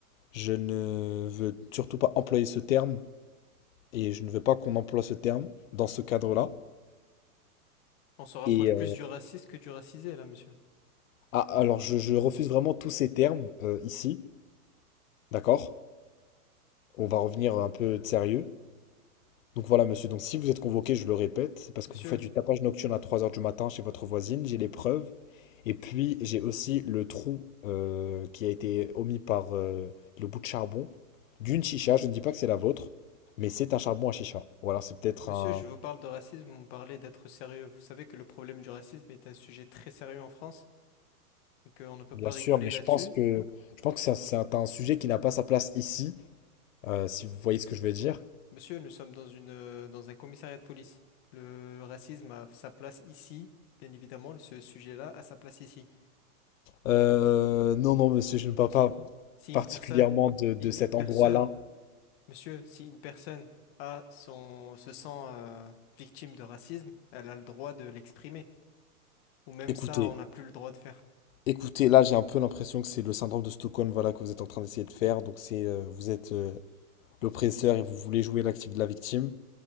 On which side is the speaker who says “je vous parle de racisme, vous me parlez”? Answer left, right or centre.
Left